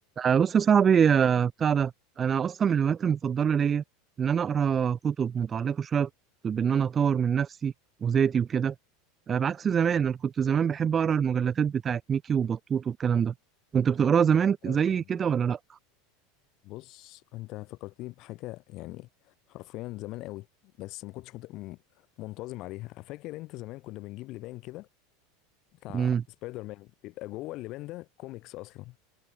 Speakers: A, on the right; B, on the left.
A: آه، بص يا صاحبي آه، بتاع ده انا اصلا من الهوايات المفضله ليا ان انا اقرا كتب متعلقه شويه بان انا اطور من نفسي وذاتي وكده آه، بعكس زمان انا كنت زمان بحب اقرا المجلدات بتاعت ميكي وبطوط والكلام ده كنت بتقراها زمان زي
B: آم،
A: كده ولا لا
B: بص انت فكرتني بحاجه يعني حرفيا زمان قوي بس ما كنتش مت... م- منتظم عليها فاكر انت زمان كنا بنجيب لبان كده بتاع
A: امم
B: سبايدر مان بيبقى جوه اللبان ده كوميكس اصلا